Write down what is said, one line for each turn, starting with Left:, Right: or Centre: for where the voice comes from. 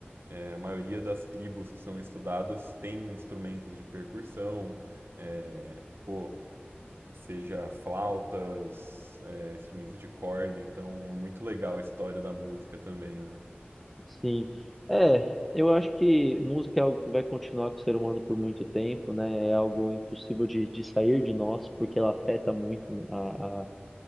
Right: é, a maioria das tribos que são estudadas tem instrumentos de percussão, é, pô seja flautas, é, instrumentos de corda, então é muito legal a história da música também, né?
Centre: sim. É, eu acho que música é algo que vai continuar com o ser humano por muito tempo, né? É algo impossível de, de sair de nós, porque ela afeta muito né, a